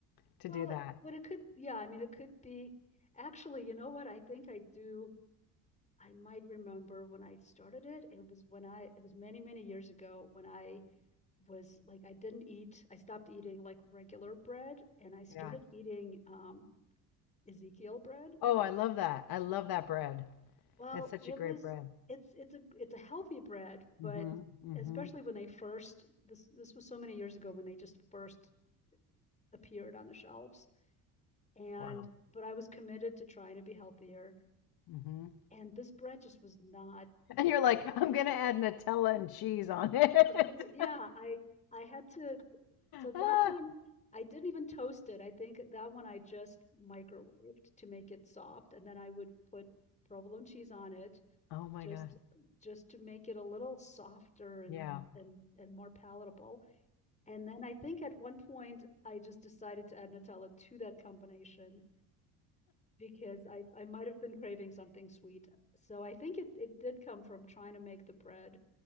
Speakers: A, on the left; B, on the left.
A: to
B: Well,
A: do that.
B: it- but it could, yeah, I mean, it could be actually, you know what? I think I do. I might remember when I started it. It was when I, it was many, many years ago when I was like, I didn't eat, I stopped eating like regular bread and I started
A: Yeah.
B: eating um, Ezekiel bread.
A: Oh, I love that. I love that bread.
B: Well,
A: It's such
B: it
A: a great
B: was,
A: bread.
B: it's, it's a, it's a healthy bread, but
A: hmm hmm
B: especially when they first, this, this was so many years ago when they just first appeared on the shelves. And,
A: Wow.
B: but I was committed to trying to be healthier
A: mm hmm
B: and this bread just was not
A: And you're like, I'm gonna add Nutella and cheese on it.
B: I'm gonna, yeah,
A: <laughs>
B: I I had to, so that
A: Ah,
B: one I didn't even toast it. I think that one I just microwaved to make it soft, and then I would put provolone cheese on it
A: Oh my
B: just
A: God.
B: just to make it a little softer and
A: Yeah.
B: and and more palatable. And then I think at one point I just decided to add Nutella to that combination because I I might have been craving something sweet. So I think it it did come from trying to make the bread.